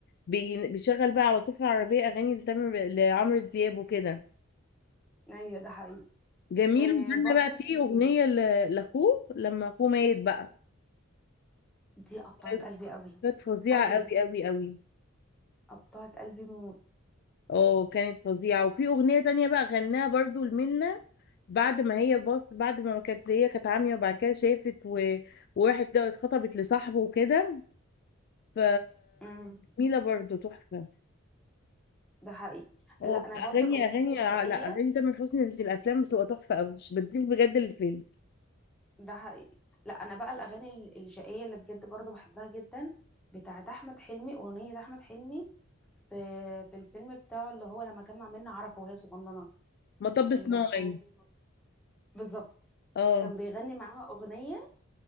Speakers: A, on the left; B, in the centre.
A: بي بيشغل بقى على طول في العربيه اغاني لتامر لعمرو دياب وكده
B: ايوه ده حقيقي
A: جميل
B: آه.
A: وغنى
B: برضو
A: بقى فيه
B: ال...
A: اغنيه ل- لاخوه لما اخوه ميت بقى
B: دي قطعت
A: كانت
B: قلبي قوي
A: كانت فظيعه
B: قوي
A: قوي قوي قوي
B: قطعت قلبي موت
A: اه كانت فظيعه وفي اغنيه تانية بقى غناها برضو لمنى بعد ما هي بص بعد ما كانت هي كانت عاميه وبعد كده شافت و... وراحت اتخطبت لصاحبه وكده ف
B: امم
A: جميلة برضه تحفة
B: ده حقيقي
A: اه
B: لا انا
A: اغاني
B: برضو الاغنيه
A: اغاني
B: الشقيه
A: ع- لا اغاني تامر حسني في الافلام بتبقى تحفة قوي بتضيف بجد للفيلم
B: ده حقيقي لا انا بقى الاغاني ال- الشقيه اللي بجد برضو بحبها جدا بتاعت احمد حلمي اغنيه احمد حلمي في في الفيلم بتاعه اللي هو لما كان مع منة عرفة وهي صغننه
A: مطب
B: اللي
A: صناعي
B: هو بالظبط
A: اه
B: كان بيغني معاها اغنيه